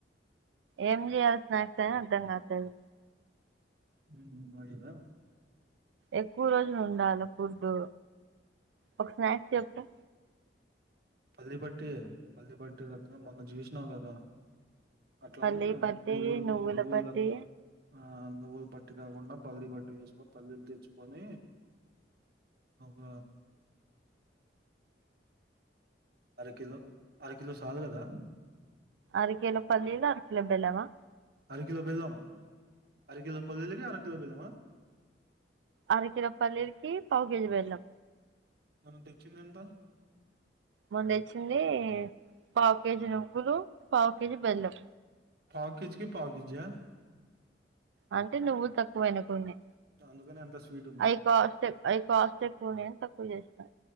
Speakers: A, on the right; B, on the right.
A: ఏం చేయాల స్నాక్స్ అయినా అర్ధం కాట్లేదు
B: హ్మ్ హ్మ్ మాగలేదా
A: ఎక్కువ రోజులు ఉండాల ఫుడ్డు ఒక స్నాక్ చొప్పు
B: పల్లీ పట్టి పల్లీ పట్టి మొన్న చూసినావు కదా అట్లనే
A: పల్లి పట్టి
B: నువ్వుల్
A: నువ్వుల
B: నువ్వుల్
A: పట్టి
B: ఆ నువ్వులు పట్టి కాకుండా పల్లీ పట్టు చేసుకొ పల్లీలు తెచ్చుకొని ఒక అరకిలో అరకిలో సాలు గదా
A: అరికేలో పల్లీలు అరికిలో బెల్లమా
B: అలకిలో బెల్లం అరకిలో పల్లీలకు అరకిలో బెల్లమా
A: అరకేజీ పల్లీలకు పావుకేజీ బెల్లం
B: మనం తెచ్చింది ఎంత
A: మొన్ తెచ్చింది పావు కేజీ నువ్వులు పావు కేజీ బెల్లం
B: పావు కేజ్కి పావు కిజీయా
A: అంటే నువ్వుల్ తక్కువయినయి కొన్ని
B: అందుకని అంత స్వీట్ ఉంది
A: ఐయి కాస్ట్ ఐయి కాస్ట్ ఎక్కువ ఉన్నాయని తక్కువ చేసిన